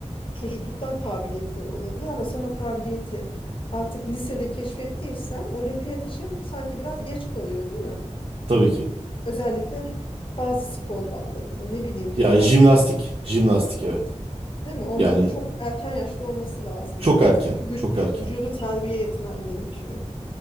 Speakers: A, on the left; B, on the right.
A: çocukluktan kabiliyetleri olabilir ama sen o kabiliyeti artık lisede keşfettiysen olimpiyat için sanki biraz geç kalıyor değil mi?
B: Tabii ki.
A: Özellikle bazı spor dallarında ne bileyim jimnastik
B: Ya jimnastik, jimnastik evet.
A: değil mi? Onların
B: Yani
A: çok erken yaşta olması lazım
B: çok
A: herhalde.
B: erken,
A: Çünkü vüc-
B: çok
A: e,
B: erken.
A: vücudu terbiye etmen gerekiyor.